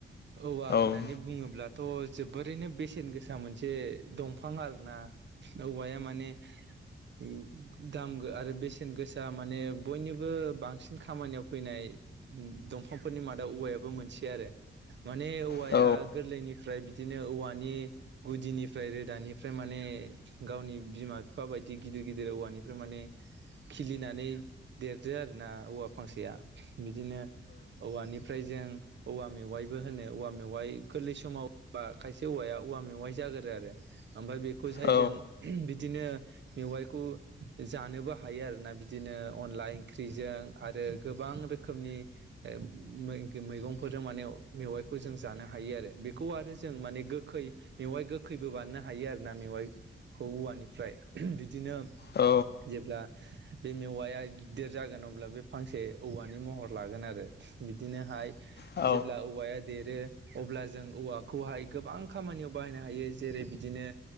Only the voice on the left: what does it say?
औ
औ
औ
औ
औ